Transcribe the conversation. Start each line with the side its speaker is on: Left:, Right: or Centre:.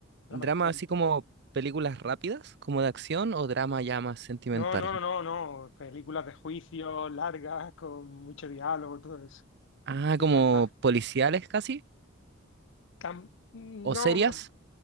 Left: dramas
Right: ¿Drama
Left: históricos.
Right: así como películas rápidas, como de acción, o drama ya más sentimental?
Left: No, no, no, no, no, películas de juicio largas, con mucho diálogo, todo eso.
Right: Ah,
Left: Que
Right: como
Left: no, las,
Right: policiales casi,
Left: cam- no,
Right: o serias.
Left: ma-